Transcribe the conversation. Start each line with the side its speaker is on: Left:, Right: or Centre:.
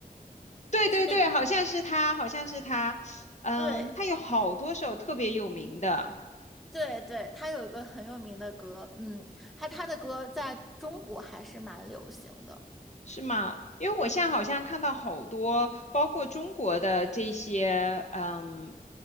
Left: 对对对，
Centre: 是那个
Left: 好像是他，好像是他，嗯，
Centre: 对
Left: 他有好多首特别有名的。
Centre: 对对，他有一个很有名的歌，嗯，他他的歌在中国还是蛮流行的。
Left: 是吗？因为我现在好像看到好多，包括中国的这些，嗯，